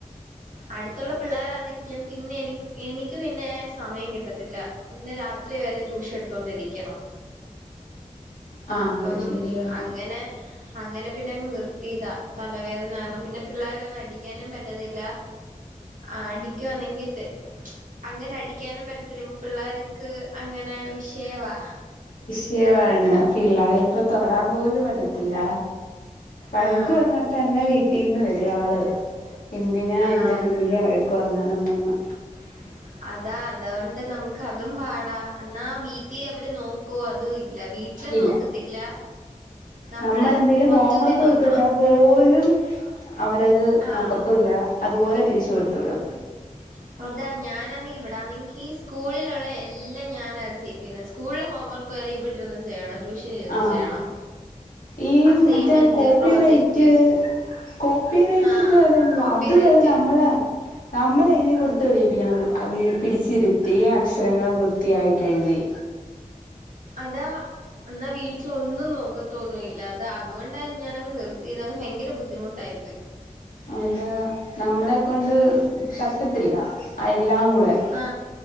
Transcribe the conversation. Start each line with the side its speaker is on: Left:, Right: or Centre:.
Right: അടുത്ത് ള്ള പിള്ളേരാന്നെങ്കിലും പിന്നെ എനി എനിക്ക് പിന്നെ സമയം കിട്ടത്തില്ല പിന്നെ രാത്രി വരെ ട്യൂഷൻ എടുത്തോണ്ടിരിക്കണം
Left: ആ
Right: അപ്പം
Left: അത് ശരിയാ
Right: അങ്ങനെ അങ്ങനെ പിന്നെ അങ്ങ് നിർത്തിയതാ തലവേദന കാരണം പിന്നെ പിള്ളാരെ ഒന്നും അടിക്കാനും പറ്റത്തില്ല ആഹ് അടിക്കുവാന്നെങ്കിത്തെ അങ്ങനെ അടിക്കാനും പറ്റത്തില്ല ഇപ്പ പിള്ളേർ ക്ക് അങ്ങനെ വിഷയവാ
Left: സത്യമാണ് പിള്ളേരെ ഇപ്പ തൊടാൻ പോലും പറ്റത്തില്ല വഴക്ക്
Right: ആഹ്
Left: വന്നാ തന്നെ വീട്ടിൽ നിന്ന് വരുംആൾ എന്തിനാ
Right: ആഹ്
Left: എൻ്റെ കുഞ്ഞിനെ വഴക്ക് പറഞ്ഞതെന്നും പറഞ്ഞ്
Right: <inaudible> അതാ അതുകൊണ്ട് നമുക്ക് അതും പാടാ എന്നാ വീട്ടിൽ അവര് നോക്കോ അതും ഇ- ഇല്ല വീട്ടില്
Left: ഇല്ല
Right: നോക്കത്തില്ല നമ്മള്
Left: നമ്മളെന്തേലും
Right: മൊത്തത്തി
Left: ഹോംവർക്ക്
Right: നോക്കണം
Left: കൊടുത്ത് വിട്ടാ പോലും അവരത്
Right: ആഹ്
Left: നോക്കത്തുല്ല അതുപോലെ തിരിച്ചു കൊടുത്തു വിടും
Right: <inaudible> അതാ ഞാനാന്നെങ്കി ഇവിടാന്നെങ്കി സ്കൂളിലുള്ള എല്ലാം ഞാനാ ചെയ്യിപ്പിക്കുന്ന സ്കൂളിലെ ഹോംവർക്ക് വരെ ഇവിടുരുന്ന് ചെയ്യണം ട്യൂഷന് ഇരുന്നും
Left: ആഹ്
Right: ചെയ്യണം
Left: ഈ
Right: assignment
Left: മറ്റേ ആ copy
Right: project
Left: right copy right
Right: ആഹ്
Left: ഒക്കെ വരോല്ലോ
Right: കോപ്പി
Left: അത്
Right: റൈറ്റ്
Left: വരെ നമ്മളാ നമ്മൾ എഴുതി കൊടുത്ത് വിടുവിപ്പി ക്കണം പിടിച്ചിരുത്തി അക്ഷരങ്ങള് വൃത്തിയായിട്ട് എഴുതി
Right: അതാ എന്നാ വീട്ടിഒന്നും നോക്കത്തൊന്നുഇല്ല അതാ അതുകൊണ്ടാ തന്നെ ഞാനങ്ങ് നിർത്തിയത് അങ്ങ് ഭയങ്കര ബുദ്ധിമുട്ടായി പ്പോയി
Left: അതാ നമ്മളെ കൊണ്ട് പറ്റത്തില്ല എല്ലാം കൂടെ
Right: ആ